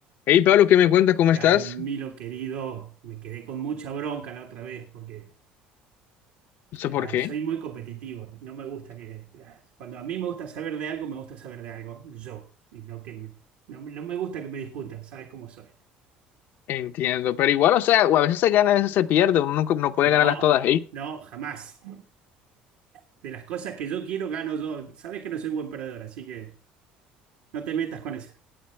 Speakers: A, on the left; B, on the right.
A: Hey Pablo, ¿qué me cuentas? ¿Cómo
B: Camilo
A: estás?
B: querido, me quedé con mucha bronca la otra vez porque
A: No sé
B: ah,
A: por qué.
B: soy muy competitivo. No me gusta que... ah, Cuando a mí me gusta saber de algo, me gusta saber de algo yo. Y no que me- no, no me gusta que me discutan, ¿sabes cómo soy?
A: Entiendo, pero igual, o sea, o a veces se gana, a veces se pierde, uno nunca no puede
B: No,
A: ganarlas todas, ¿eh?
B: no, jamás. De las cosas que yo quiero, gano yo. Sabes que no soy buen perdedor, así que no te metas con esa.